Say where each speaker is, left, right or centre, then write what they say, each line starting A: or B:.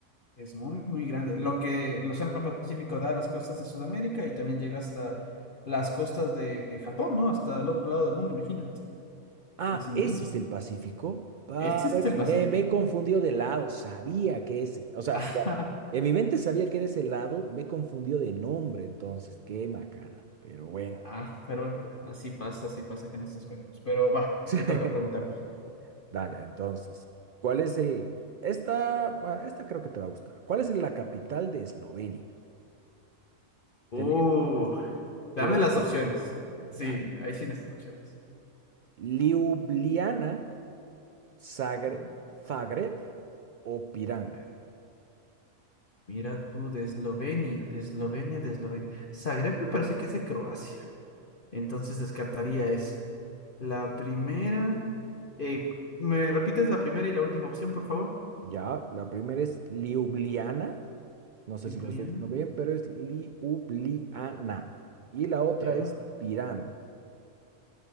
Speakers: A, on the left; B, on the right.
A: Es muy, muy grande. Lo que el Océano Pacífico da a las costas de Sudamérica y también llega hasta las costas de Japón, ¿no? Hasta el otro lado del mundo, imagínate.
B: Ah,
A: Es inmenso.
B: ese es el Pacífico. Ah,
A: Ese es
B: ve-
A: el
B: me,
A: Pacífico.
B: me
A: <laughs>
B: he confundido de lado, sabía que es, o sea,
A: Ajá.
B: bueno, en mi mente sabía que era ese lado, me confundió de nombre, entonces, qué macana, pero bueno.
A: Ah, pero bueno, así pasa, así pasa que en estos juegos. Pero va,
B: <laughs>
A: te toca preguntar.
B: Dale, entonces, ¿cuál es el... Esta, ah, esta creo que te va a gustar. ¿Cuál es la capital de Eslovenia?
A: Uh,
B: Tené- ¿Quieres?
A: dame las opciones. Sí,
B: Ya.
A: ahí sí necesito opciones.
B: ¿Ljubljana, Zagre-
A: Mira,
B: Zagreb o Pirán?
A: Zagreb. Mira tú, de Eslovenia, de Eslovenia, de Eslovenia. Zagreb me parece que es de Croacia. Entonces descartaría esa. La primera. eh, ¿me repites la primera y la última opción, por favor?
B: Ya, la primera es Ljubljana. No sé
A: Ljubljana.
B: si lo estoy diciendo bien, pero es Ljubljana. Y la otra
A: Ya.
B: es Pirán.